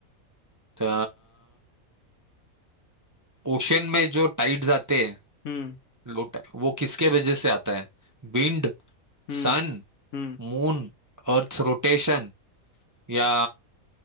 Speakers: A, on the right; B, on the left.
A: तो ओशन में जो टाइड्स आते हैं
B: हम्म
A: लो tide, वो किसके वजह से आता है Wind
B: हम्म
A: sun
B: हम्म
A: moon earth rotation या